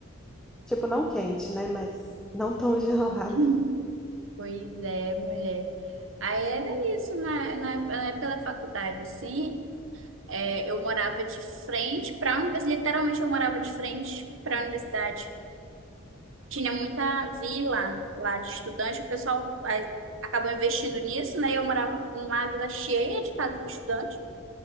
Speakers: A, in the centre; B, on the right.
A: Tipo, não quente, né? Mas não tão <laughs> gelado.
B: <laughs> Pois é, mulher. Aí era isso, na, na, na- época da faculdade, assim, é, eu morava de frente para a universidade, literalmente eu morava de frente para a universidade. Tinha muita vila lá de estudante, o pessoal aí, acabou investindo nisso, né? Eu morava numa vila cheia de casa de estudante,